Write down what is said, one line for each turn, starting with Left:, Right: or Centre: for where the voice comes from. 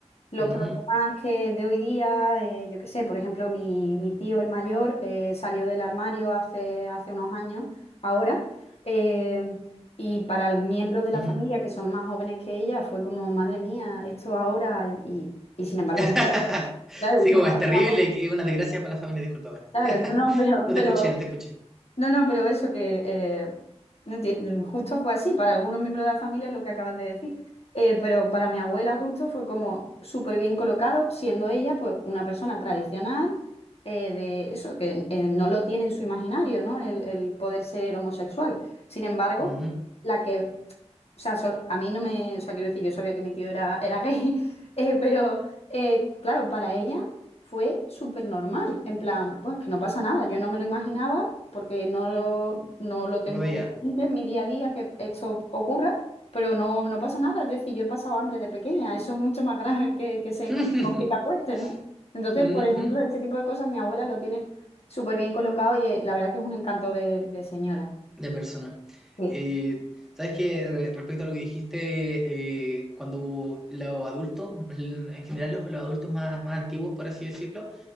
Left: Los
Centre: ujú,
Left: problemas que de hoy día, eh, yo qué sé, por ejemplo, mi, mi tío, el mayor, eh, salió del armario hace, hace unos años, ahora, eh, y para los miembros de
Centre: ujú.
Left: la familia que son más jóvenes que ella, fue como, madre mía, esto ahora, y, y sin embargo,
Centre: <laughs>
Left: mi abuela, claro,
Centre: Sí,
Left: y sin
Centre: como
Left: embargo,
Centre: es terrible,
Left: mi abuela,
Centre: que una desgracia para la familia, discúlpame.
Left: claro,
Centre: <laughs>
Left: no, no, pero,
Centre: No te
Left: pero,
Centre: escuché, no te escuché.
Left: no, no, pero eso que eh, no enti- mm, justo fue así, para algunos miembros de la familia es lo que acabas de decir, Eh, pero para mi abuela justo fue como súper bien colocado, siendo ella pues una persona tradicional, eh, de eso, que eh, no lo tiene en su imaginario, ¿no? El, el poder ser homosexual. Sin embargo,
Centre: Ujú,
Left: la que o sea, sol- a mí no me, o sea, quiero decir, yo sabía que mi tío era, era gay, <laughs> eh, pero eh, claro, para ella fue súper normal, en plan, pues que no pasa nada, yo no me lo imaginaba porque no lo, no lo tengo
Centre: No lo veía.
Left: consciente en mi día a día que esto ocurra, pero no, no pasa nada, es decir, yo he pasado hambre de pequeña, eso es mucho más grave que, que se
Centre: <laughs>
Left: co- que te acuesten, ¿no? Entonces,
Centre: Ujú,
Left: por ejemplo, este tipo de cosas mi abuela lo tiene súper bien colocado y eh, la verdad que es un encanto de, de señora.
Centre: De persona.
Left: Sí.
Centre: Eh, ¿sabes qué? Re- respecto a lo que dijiste, eh, cuando los adultos, el- en general los, los adultos más, más antiguos, por así decirlo,